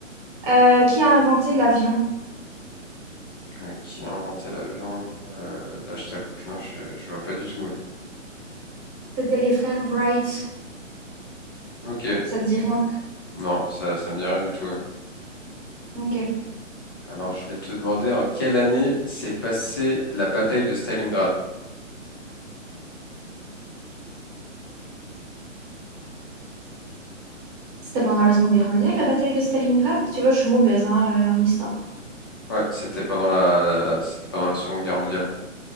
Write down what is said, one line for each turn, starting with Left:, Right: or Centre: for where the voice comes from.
Right: euh, qui a inventé l'avion?
Left: Euh, qui a inventé l'avion? Euh, là, je t'avoue que non, je, je vois pas du tout. ouais.
Right: C'était les frères Wright.
Left: Ok,
Right: Ça te dit rien?
Left: non, ça, ça me dit rien du tout. ouais.
Right: Ok.
Left: Alors je vais te demander en quelle année s'est passée la bataille de Stalingrad?
Right: C'était pendant la Seconde Guerre mondiale, la bataille de Stalingrad? Tu vois, je suis mauvaise hein, euh, en histoire.
Left: Ouais, c'était pendant la, la- c'était pendant la Seconde Guerre mondiale.